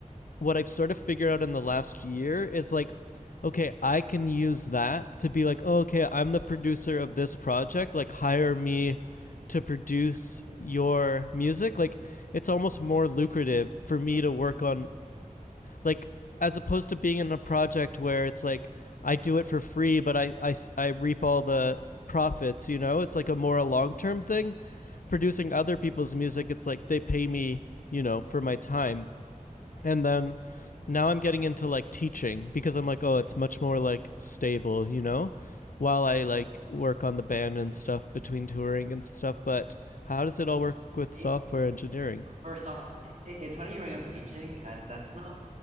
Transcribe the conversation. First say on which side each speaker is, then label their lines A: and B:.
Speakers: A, on the left; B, on the right.
A: what I've sort of figured out in the last year is like, okay, I can use that to be like, oh, okay, I'm the producer of this project. Like, hire me to produce your music. Like, it's almost more lucrative for me to work on, like, as opposed to being in a project where it's like, I do it for free, but I, I, I reap all the profits, you know? It's like a more a long term thing. Producing other people's music, it's like they pay me, you know, for my time and then now I'm getting into like teaching because I'm like, oh, it's much more like stable, you know, while I like work on the band and stuff between touring and stuff. But how does it all work with
B: It,
A: software engineering?
B: first off, it, it's funny you bring up teaching, as that's not